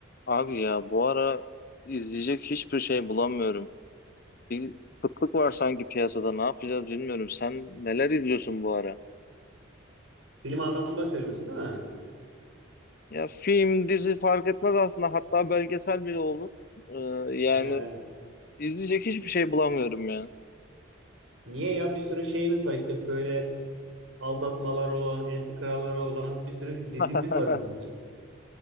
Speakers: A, on the left (about 45°); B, on the right (about 70°).
A: Abi ya bu ara izleyecek hiçbir şey bulamıyorum. Bir kıtlık var sanki piyasada. Ne yapacağız bilmiyorum. Sen neler izliyorsun bu ara?
B: Film anlamında söylüyorsun değil mi?
A: Ya film, dizi fark etmez aslında. Hatta belgesel bile olur. Ee, yani
B: Ha, evet.
A: izleyecek hiçbir şey bulamıyorum ya.
B: Niye ya bir sürü şeyimiz var işte böyle aldatmalar olan, entrikalar olan bir sürü dizimiz
A: <laughs>
B: var bizim.